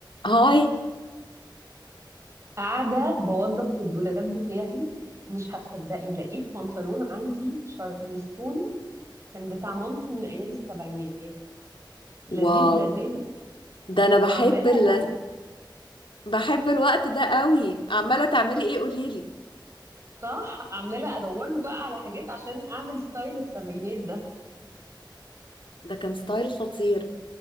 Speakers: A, on the left; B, on the right.
A: هاي
B: قاعدة بوظف في الدولاب بتاعي مش هتصدقي لقيت بنطلون عندي شارلستون كان بتاع مامتي من أيام السبعينات لذيذ
A: واو
B: لذاذة
A: ده انا بحب
B: وعمالة
A: ال...
B: أ-
A: بحب الوقت ده قوي عماله تعملي ايه قوليلي
B: صح عمالة أدور له بقى على حاجات عشان أعمل ستايل السبعينات ده
A: ده كان ستايل خطير